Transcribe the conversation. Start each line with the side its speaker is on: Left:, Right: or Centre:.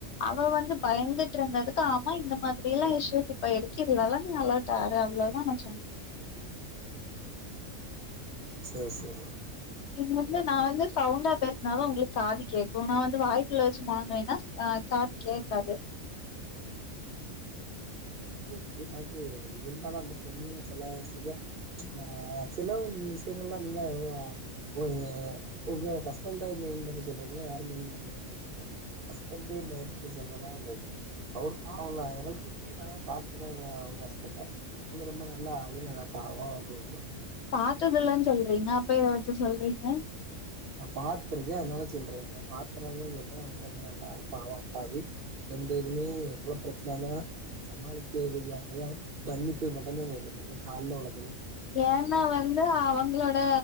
Left: அவ வந்து பயந்துட்டு இருந்ததுக்கு ஆமா இந்த மாதிரி எல்லா இஷ்யூ இப்ப இருக்கு இதுல எல்லா நீ அலாட்டா இரு அவ்ளோதா நா சொன்னே
Right: சேரி சேரி
Left: இது வந்து நா வந்து சவுண்டா பேசினாதா உங்களுக் காது கேக்கு நா வந்து வாய்க்குள்ள வச்சு மொனங்குனேன்னா ஆ காது கேக்காது
Right: ஓகே ஓகே பட் இருந்தாலு அந்த பொண்ணு சில விஷய ஆ சில விஷயங்கள்ல்லா நீங்க உங்க நீ உங்க ஹஸ்பண்ட மெயின் பண்ணி சொல்றீங்ளா யார மெயின் பண்ணி சொல்றீங்க ஹஸ்பண்டே மெயின் பண்ணி சொல்ற மாரி இருக்கு அவரு பாவோ இல்ல எனர்ஜிடி டினா பாத்துருக்கே உங்க உங்க ஹஸ்பண்ட அவங்க ரொம்ப நல்லா அவரே நல்லா பாவோ ரொம்ப
Left: பாத்ததில்லனு சொல்றீங்க அப்ப எத வச்சு சொல்றீங்க
Right: நா பாத்திருக்கே அதனால சொல்றே நா பாத்தனாலதா சொல்றே அவங்க அந்த நல்ல ஆளு பாவம் அப்பாவி எந்த எதுமே எவ்ளோ பிரச்சன வந்தாலு சமாளிக்க தெரியாது மன்னிப்பு மட்டும்தா கேக்க தெரியு கால்ல வுழ
Left: ஏன்னா வந்து அவங்களோட